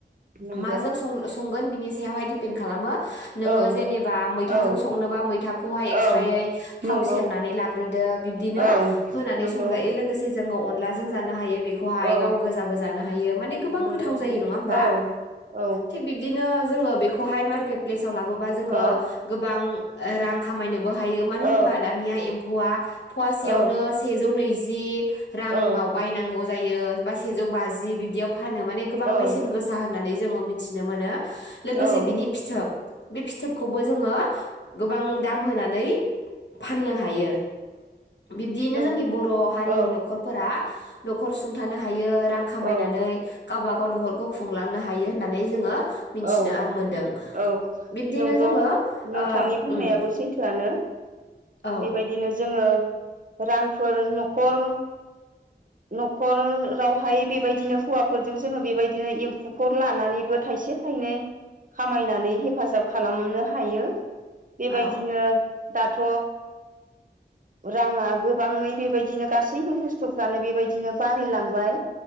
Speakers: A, on the right; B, on the left.
A: नंगौ
B: माजों संनो? संगोन बिनि सायावहाय दिपेन्ड खालामो नोङो
A: औ
B: जेनेबा मैथाजों
A: औ
B: संनोबा मैथाखौहाय एक्सट्रायै
A: औ
B: थाव
A: नंगौ
B: सेरनानै लाग्रोदो बिब्दिनो
A: औ
B: संजायो
A: नंगौ
B: लोगोसे जोङो अनलाजों जानो हायो बेखौहाय
A: औ
B: गाव गोजाबो जानो हायो मानो गोबां
A: नंगौ
B: गोथाव जायो नङा होनबा
A: औ औ
B: थिग बिदिनो जोङो बेखौहाय मारकेट प्लेसाव लाबो बा जोङो
A: औ
B: गोबां रां खामायनो बो हायो मानो
A: औ
B: होनबा दानिया एम वा फवासेयावनो
A: औ
B: सेजौ नैजि राङाव
A: औ
B: बायनांगौ जायो बा सेजौ बाजि बिब्दियाव फानो माने गोबां बेसेन
A: औ
B: गोसा होननानै जोङो मिथिनो मोनो। लोगोसे
A: औ
B: बिनि फिथोब बे फिथोबखौबो जोङो गोबां दाम होनानै फाननो हायो बिब्दियैनो
A: नों
B: जोंनि बर' हारिनि
A: औ
B: न'खरफोरा न'खर सुंथानो हायो रां खामायनानै
A: औ
B: गावबाागाव न'खरखौ खुंलांनो हायो होननानै जोङो मिथिनो
A: औ
B: मोनदों
A: औ
B: बिब्दिनो
A: नंगौ
B: जोङो
A: नोंथांनि
B: ओ
A: बुंनायाबो
B: उम
A: सैथोआनो
B: औ
A: बेबायदिनो जोङो रांफोर न'खर न'खरावहाय बेबायदिनो हौवाफोरजों जोङो बेबायदिनो एम्फौफोर लानानैबो थाइसे थाइनै खामायनानै हेफाजाब खालामनो हायो बेबायदिनो
B: औ
A: दाथ राङा गोबाङै बेबायदिनो गासैबो बुस्थुफ्रानो बेबायदिनो बारिलांबाय